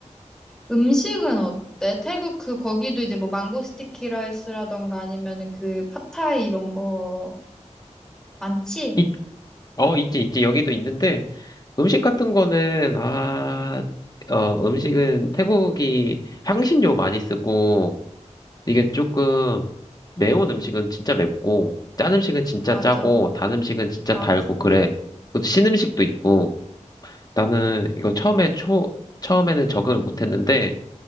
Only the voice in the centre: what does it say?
음식은 어때? 태국 그 거기도 이제 뭐 망고 스티키 라이스라던가 아니면은 그 팟타이 이런 거 많지?
맞아.
맞아.